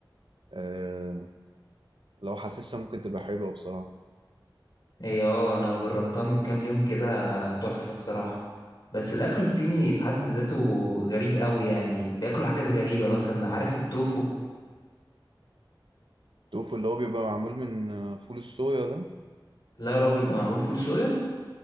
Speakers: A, on the right; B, on the left.
A: آه لو حاسسها ممكن تبقى حلوة بصراحة
B: هي اه انا جربتها من كام يوم كده تحفة الصراحة بس الأكل الصيني في حد ذاته غريب قوي يعني بياكلوا حاجات غريبة مثلا عارف التوفو
A: التوفو اللي هو بيبقى معمول من آه، فول الصويا ده
B: لا يا راجل ده معمول فول صويا